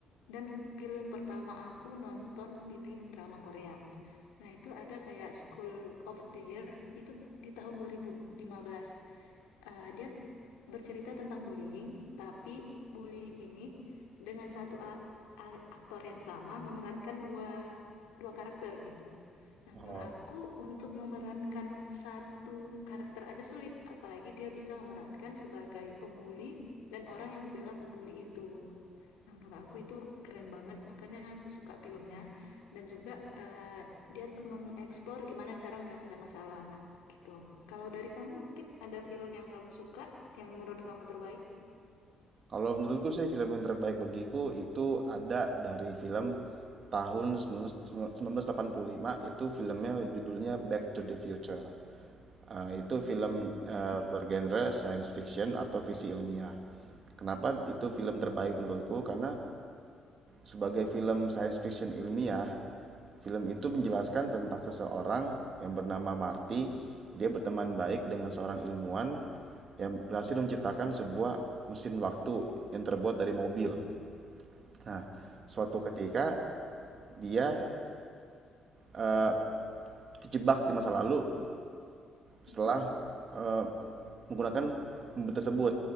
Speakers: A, on the left; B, on the right.
A: dan film pertama aku nonton film drama Korea. Nah, itu ada kayak School of the Year itu di tahun 2015. Eh, dia bercerita tentang bullying, tapi bullying ini dengan satu ak- a- aktor yang sama memerankan dua dua karakter gitu. Nah,
B: Oh,
A: menurut aku untuk memerankan satu karakter aja sulit, apalagi dia bisa memerankan sebagai pembuli dan orang yang membela pembuli itu. Nah, menurut aku itu keren banget, makanya aku suka filmnya dan juga eh, dia mengeksplor gimana cara menyelesaikan masalah gitu. Kalau dari kamu mungkin ada film yang kamu suka, yang menurut kamu terbaik?
B: Kalau menurutku sih film yang terbaik bagiku itu ada dari film tahun 19- 1985 itu filmnya judulnya Back to the Future. Eh, itu film
A: Oke.
B: eh, bergenre science fiction atau fiksi ilmiah. Kenapa itu film terbaik menurutku? Karena sebagai film science fiction ilmiah Film itu menjelaskan tentang seseorang yang bernama Marty. Dia berteman baik dengan seorang ilmuwan yang berhasil menciptakan sebuah mesin waktu yang terbuat dari mobil. Nah, suatu ketika dia eh, terjebak di masa lalu setelah
A: Mhm.
B: eh, menggunakan mobil tersebut